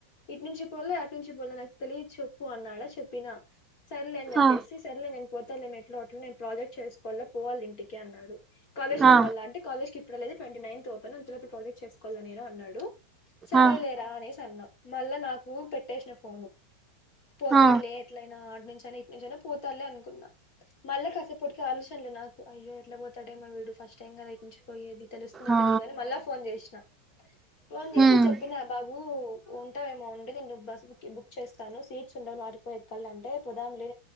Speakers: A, on the left; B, on the right.
A: ఇటు నుంచి పోలే అటి నుంచి పోలే నాకు తెలియ చెప్పు అన్నాడా చెప్పినా సర్లే అని చెప్పసి
B: ఆ
A: సర్లే నిన్ పోతలే మేము ఎట్లానో అట్లా నేను ప్రాజెక్ట్ చేసుకోవాల పోవాల ఇంటికి అన్నాడు కాలేజ్కి
B: ఆ
A: పోాల అంటే కాలేజ్కి ఇప్పుడే లెద్ ట్ంటీ నైన్త్ ఓపెన్ అంతలోప్పు ప్రాజెట్ చేసుకోవాల నిను అన్నాడు సరే
B: ఆ
A: లేరా అనేసి అన్న మళ్ళా నాకు పెట్టేసిన ఫోను పోతాడులే
B: ఆ
A: ఎట్లైనా ఆటి నుంచైయినా ఇటు నుంచైనా పోతాడులే అనుకున్నా మళ్ళా క ప్పటికో ఆలోచనలు నాకు అయ్యో ఎట్లా పోతాడెమో వీడు ఫస్ స్ట్ టైం కదా ఇటునుండి పోయేది తెలుస్తుందో
B: ఆ
A: తెలియదో అని మళ్ళ ఫోన్ చేసినా ఫోన్ చేసి
B: ఉమ్
A: చెప్పినా బా బు ఉంటావేమో ఉండు నేను బస్సు బుక్ చేస్తాను సీట్స్ ఉండవు నాడిపో కల్ అంటే పోదాం లే